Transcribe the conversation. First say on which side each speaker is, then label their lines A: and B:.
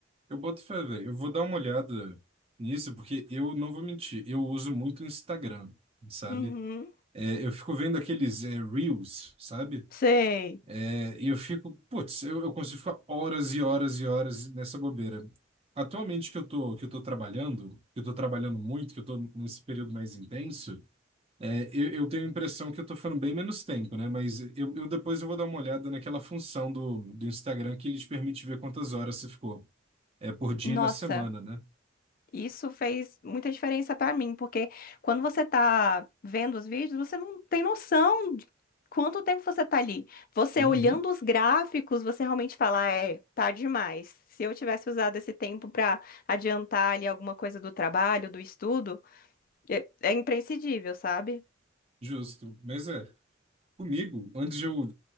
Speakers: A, on the right; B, on the left.
A: Eu boto fé, velho. Eu vou dar uma olhada nisso, porque eu não vou mentir, eu uso muito o Instagram, sabe?
B: Uhum.
A: É, eu fico vendo aqueles é, Reels, sabe?
B: Sei.
A: É, e eu fico, putz, eu, eu consigo ficar horas e horas e horas nessa bobeira. Atualmente que eu tô, que eu tô trabalhando, que eu tô trabalhando muito, que eu tô nesse período mais intenso, é, eu, eu tenho a impressão que eu tô ficando bem menos tempo, né? Mas eu, eu depois eu vou dar uma olhada naquela função do, do Instagram que ele te permite ver quantas horas você ficou. É por dia
B: Nossa.
A: e na semana, né?
B: Isso fez muita diferença pra mim, porque quando você tá vendo os vídeos, você não tem noção de quanto tempo você tá ali. Você
A: Uhum,
B: olhando os gráficos, você realmente fala, é, tá demais. Se eu tivesse usado esse tempo pra adiantar ali alguma coisa do trabalho, do estudo, é, é imprescindível, sabe?
A: justo. Mas é, comigo, antes eu,